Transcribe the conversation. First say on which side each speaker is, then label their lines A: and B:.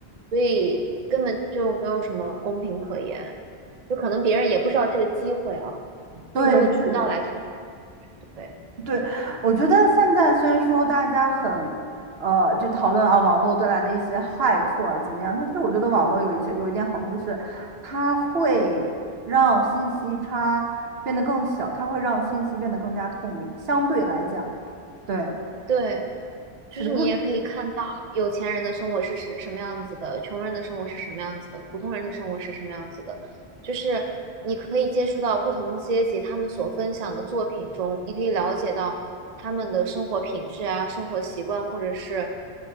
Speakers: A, on the right; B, on the right.
A: 所以根本就没有什么公平可言，就可能别人也不知道这个机会啊。
B: 对，
A: 就没有渠道来吃
B: 是的。
A: 对
B: 对，我觉得现在虽然说大家很，呃，就讨论啊网络带来的一些坏处啊怎么样，但是我觉得网络有一些有一点好处，就是它会让信息差变得更小，它会让信息变得更加透明，相对来讲，对，
A: 对，就是你也可以看到有钱人的生活是什什么样子的，
B: 是的，
A: 穷人的生活是什么样子的，普通人的生活是什么样子的，就是可以接触到不同阶级他们所分享的作品中，你可以了解到他们的生活品质啊、生活习惯，或者是